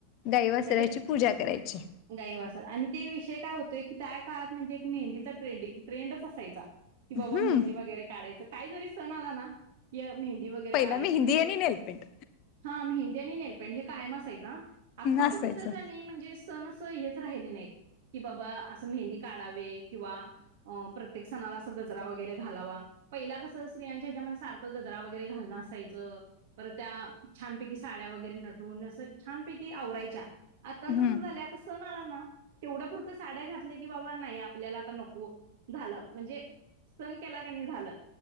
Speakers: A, on the left (about 40°); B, on the right (about 55°).
A: गाई वासराची
B: म्हणजे
A: पूजा करायची.
B: गाई वासरं आणि ते विषय काय होतय की त्या काळात म्हणजे एक मेहंदीचा ट्रेंडि ट्रेंडच असायचा. कि बाबा
A: हम्म
B: मेहंदी वगैरे काढायचं काहीजरी सण आला ना कि मेहंदी वगैरे
A: पहिला
B: काढायचं
A: मेहंदी
B: म्हणजे
A: आणि नेलपेंट
B: हा मेहंदी आणि नेल पेंट हे कायम असायचं हां आत्ता कुठं
A: असायचं
B: तर क नई म्हणजे सण अस हेच राहिले नाहीत की बाबा आसं मेहंदी काढावे किंवा अ प्रत्येक सणालाआसं गजरा वगैरे घालावा. पहिला कसं स्त्रियांच्या ह्याच्यामध्ये सारखं गजरा वगैरे घालणं असायचं. पर त्या छानपैकी साड्या वगैरे नटून असं छानपैकी आवरायच्या आत्तांचं
A: हम्म
B: कसं झाल्या सण आला ना तेवढ्या पुुरत साड्या घातल्या की बाबा नाही आपल्याला आता नको झालं म्हणजे सन केला क नाही झालं